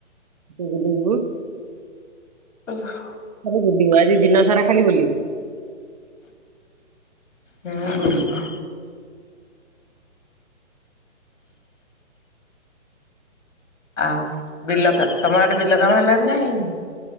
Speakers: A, on the right; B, on the left.
A: ବୁଲି ଯିବୁ।
B: ଓହ୍।
A: ଖାଲି ବୁଲିବୁ, ଆଜି ଦିନ ସାରା ଖାଲି ବୁଲିବୁ।
B: ହୁଁ, ବୁଲ। ଆଉ ବିଲ କା, ତମ ଆଡେ ବିଲ କାମ ହେଲାଣିି ନା ହେଇନି?